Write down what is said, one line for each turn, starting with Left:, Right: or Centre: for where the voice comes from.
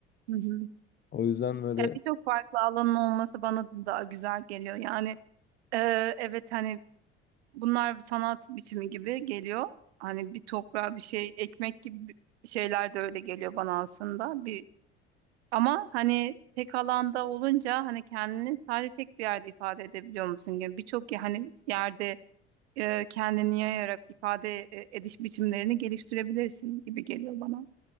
Right: Hı hı.
Left: O yüzden böyle
Right: Ya birçok farklı alanın olması bana daha güzel geliyor. Yani e, evet hani bunlar bir sanat biçimi gibi geliyor. Hani bir toprağa bir şey ekmek gibi şeyler de öyle geliyor bana aslında. Bir ama hani tek alanda olunca hani kendini sadece tek bir yerde ifade edebiliyor musun gibi birçok ya- hani yerde e, kendini yayarak ifade e, ediş biçimlerini geliştirebilirsin gibi geliyor bana.